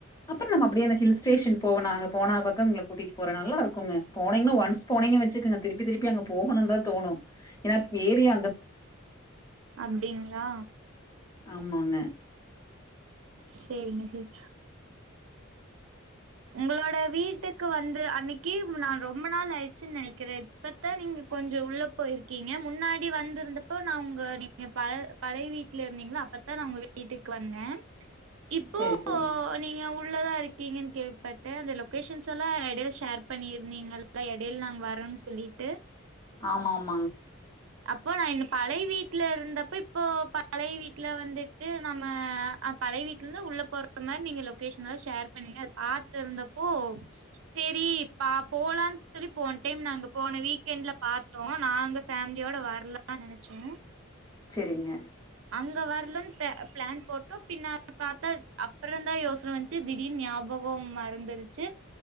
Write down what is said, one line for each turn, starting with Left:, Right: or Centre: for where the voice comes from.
Left: அப்பறோ நம்ம அப்டியே அந்த ஹில் ஸ்டேஷன் போனாங்க போனா பக்கம் எங்கள கூட்டிட்டு போற நல்லா இருக்குங்க போனீங்னா ஒன்ஸ் போனீங்கன் வச்சுக்குங்க திருப்பி திருப்பி அங்க போகணுன் தா தோணு ஏனா ஏரிய
Right: அப்டிங்ளா
Left: ஆமாங்க
Right: சேரிங்க சேரி உங்களோடய வீட்டுக்கு வந்து அன்னக்கி நா ரொம்ப நாள் ஆயிருச்சுன் நெனைக்கிறே இப்பத்தா நீங்க கொஞ்ச உள்ள போயிருக்கீங்க முன்னாடி வந்திருந்தப்போ நா உங்க நீங்க பழ பழைய வீட்ல இருந்தீங்ளா அப்பத்தா நா உங்க வீட்டுக்கு வந்தே இப்போ
Left: செரி செரிங்க
Right: நீங்க உள் உள்ளதா இருக்கீங்கன் கேட் பட்டு அந்த லொகேஷன்ஸெல்லா எடைல ஷேர் பண்ணியிருந்தீங்கள்ல எடைல நாங்க வரோம்ன் சொல்லிட்டு
Left: ஆமா ஆமா
Right: அப்போ அந்த பழைய வீட் ட்ல இருந்தப்ப இப்போ பழைய வீட்ல வந்துட்டு நம்ம அஹ் பழைய வீட்ல இருந்து உள்ள போறது மாரி நீங்க லொகேஷன்லா ஷேர் பண்ணுங்க பாத்து இருந்தப்போ சேரி பா போலான் சொல்லி போன் டைம் நா அங்க போன வீக்கெண்ட்ல பாத்தோ நாங்க ஃபேம்லியோட வர்லான் நெனச்சோ
Left: செரிங்க
Right: அங்க வரலான் பே பிளான் போட்டோ, பின்ன பாத்தா அப்பறந்தா யோஸ்ன வந்துச்சு திடீனு ஞாபகோ மறந்துருச்சு.